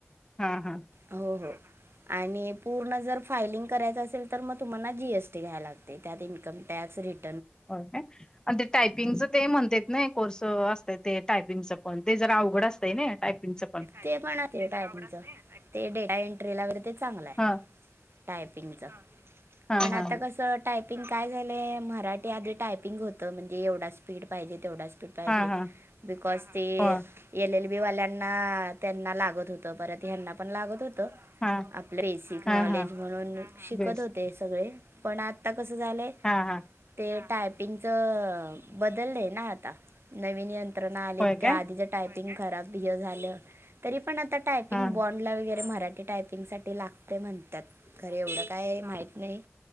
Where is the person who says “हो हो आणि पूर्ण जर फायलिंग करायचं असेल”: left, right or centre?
Right